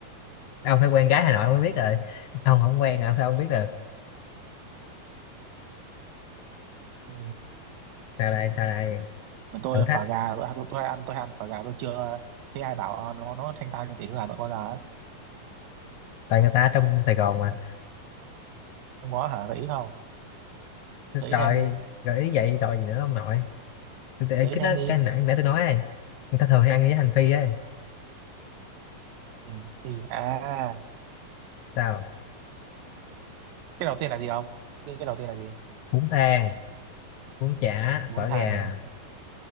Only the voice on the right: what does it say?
Ừ.
mà tôi
phở gà tôi, tôi, tôi ăn tôi ăn phở gà tôi chưa thấy ai bảo ờ, nó nó thanh tao như tiểu thư Hà Nội bao giờ ấy.
không có hả gợi ý không gợi
ý thêm đi
gợi ý
thêm
đi
ừ, thì à
cái đầu tiên là gì không cái, cái đầu tiên là gì
bún
thàn này